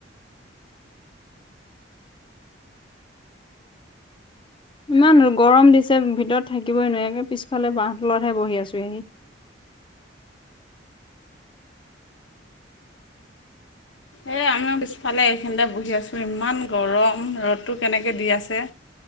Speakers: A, on the left; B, on the left.
A: ইমান গৰম দিছে ভিতৰত থাকিবই নোৱাৰোৱে পিছফালে বাহহ তলতহে বহি আছো হি <inaudible> <inaudible>
B: এই আমি পিছফালে এইখিনিতে বহি আছোঁ ইমান গৰম ৰ'দটো কেনেকৈ দি আছে